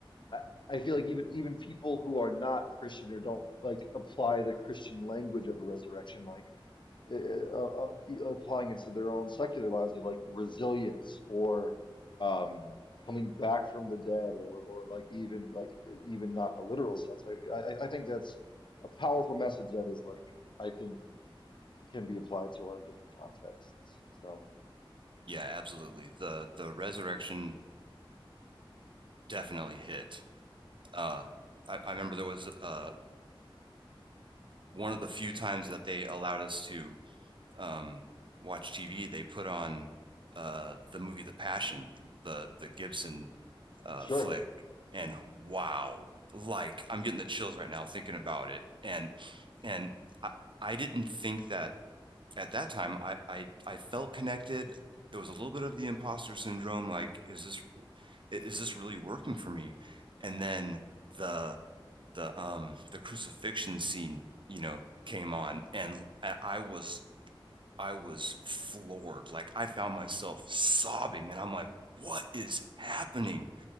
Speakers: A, on the left; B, on the right.
A: I I feel like even even people who are not Christian or don't like apply the Christian language of a resurrection, like uh, uh, uh, uh, e, applying it to their own secular lives of like resilience or um, coming back from the dead, or or like even like even not in a literal sense. Like I I I think that's a powerful message that is like I think can be applied to a lot of different contexts. So
B: yeah absolutely the the resurrection definitely hit uh i, I remember there was uh one of the few times that they allowed us to um watch tv they put on uh the movie the passion the the gibson uh
A: sure,
B: flick and wow like i'm getting the chills right now thinking about it and and i, I didn't think that at that time I, I i felt connected there was a little bit of the imposter syndrome like is this is this really working for me and then the the um the crucifixion scene you know came on and i was i was floored like i found myself sobbing and i'm like what is happening